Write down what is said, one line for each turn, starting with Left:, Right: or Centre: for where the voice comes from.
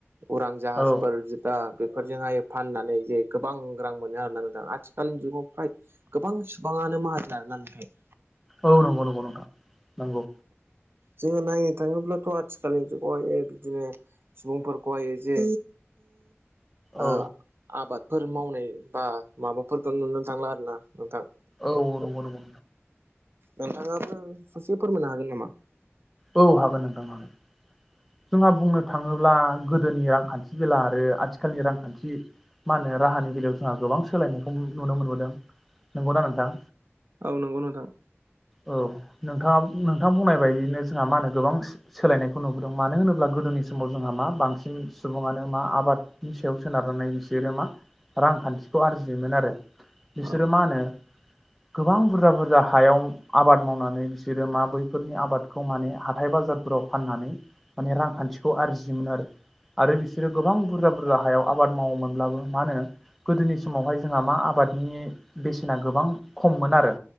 Right: उरां जाहाजफोरजो
Centre: औ
Right: बा बेफोरजोंहाय फाननानै जे गोबां रां मोनो आरो ना नोंथां आथिखालनि जुगाव फ्राय गोबां सुबुं गोबाङानो माहाजोन आरोना नाथाइ
Centre: औ नंगौ नंगौ नोंथां नंगौ।
Right: जोङो नायनो थाङोब्लाथ' आथिखालनि जुगावहाय बिदिनो सुबुंफोरखौ हाय जे आ
Centre: औ
Right: आबादफोर मावनाय बा माबाफोरखौ नुनो थांला आरो ना नोंथां।
Centre: औ औ नंगौ नंगौ।
Right: नोंथाङाबो ससे फोरमायनो हागोन नामा?
Centre: औ हागोन नोंथां हागोन। जोंहा बुंनो थाङोब्ला गोदोनि रांखान्थि बेला आरो आथिखालनि रांखान्थि मा होनो राहानि बेलायाव जोंहा गोबां सोलायनायखौ नुनो मोनबोदों, नंगौना नोंथां?
Right: औ नंगौ नोंथां।
Centre: औ नोंथाङा नोंथां बुंनाय बायदियनो जोंहा मा होनो गोबां सोलायनायखौ नुबोदों मानो होनोब्ला गोदोनि समाव जोंहा- मा बांसिन सुबुङानो मा आबादनि सायाव सोनारनानै बिसोरो मा- रांखान्थिखौ आरजियोमोन आरो। बिसोरो
Right: औ
Centre: मा होनो गोबां बुरजा बुरजा हायाव- आबाद मावनानै बिसोरो मा बैफोरनि आबादखौ माने हाथाइ बाजारफोराव फाननानै माने रांखान्थि थिखौ आरजियोमोन आरो। आरो बिसोरो गोबां बुरजा बुरजा हायाव आबाद मावोमोनब्लाबो मा होनो गोदोनि समावहाय जोंहा मा आबादनि बेसेना गोबां खममोन आरो।